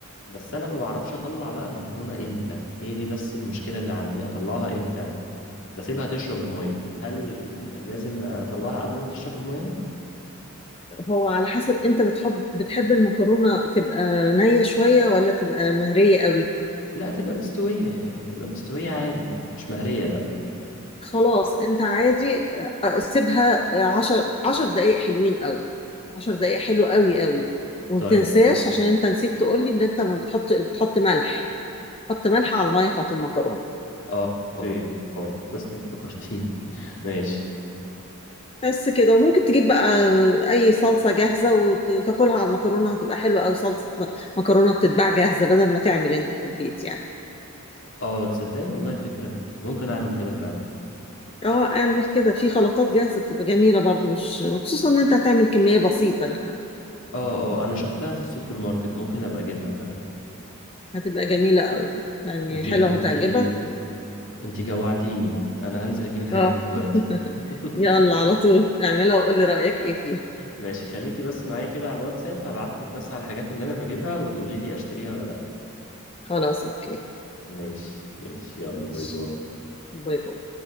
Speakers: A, on the left; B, on the left.
A: بس انا ما بعرفش اطلع بقى المكرونة امتى هي دي بس المشكلة اللي عندي اطلعها امتى بسيبها تشرب المية هل لازم اطلعها قبل ما تشرب المية
B: هو على حسب انت بتحب بتحب المكرونه تبقى نيه شويه ولا تبقى مهريه قوي
A: لا تبقى مستوية يعني تبقى مستوية عادي يعني مش مهرية لا
B: خلاص انت عادي آه، سيبها آه، عشر عشر دقايق حلوين قوي عشر دقايق حلو قوي قوي وما
A: طيب
B: تنساش عشان انت نسيت تقول لي ان انت ما بتحط بتحط ملح حط ملح على الميه بتاعت المكرونه
A: اه اوكي اه كويس انك فكرتيني <laughs> ماشي
B: بس كده وممكن تجيب بقى اي صلصه جاهزه وت- وتاكلها على المكرونه هتبقى حلوه قوي صلصه م- مكرونه بتتباع جاهزه بدل ما تعمل انت في البيت يعني
A: اه تصدقي والله فكرة ممكن اعمل كده فعلا
B: اه اعمل كده في خلطات جاهزه بتبقى جميله برضو مش خصوصا ان انت هتعمل كميه بسيطه يعني
A: اه اه انا شفتها في السوبر ماركت ممكن ابقى اجيبها فعلا
B: هتبقى جميله قوي يعني
A: انتي
B: حلوه
A: انتي
B: هتعجبك
A: انتي جوعتيني انا هنزل اجيب الحاجات
B: اه
A: دي دلوقتي
B: <laughs>
A: <laughs>
B: يلا على طول اعملها وقولي رأيك ايه فيها
A: ماشي خليكي بس معايا كده على الواتساب هبعتلك بس على الحاجات اللي انا بجيبها وتقولي لي اشتريها ولا لا
B: خلاص اوكي
A: ماشي ماشي يلا
B: ماشي
A: باي باي
B: باي باي